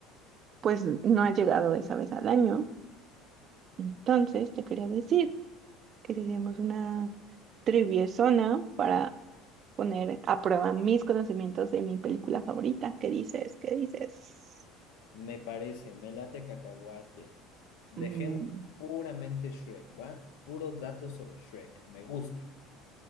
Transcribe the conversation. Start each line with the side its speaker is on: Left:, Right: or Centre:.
Right: pues no ha llegado esa vez al año. Entonces te quería decir que si hacíamos una triviezona para poner a prueba mis conocimientos de mi película favorita. ¿Qué dices? ¿Qué dices?
Left: Me parece, me late cacahuate. Dejemos
Right: Mm,
Left: puramente Shrek, ¿va? Puros datos sobre Shrek. Me gusta,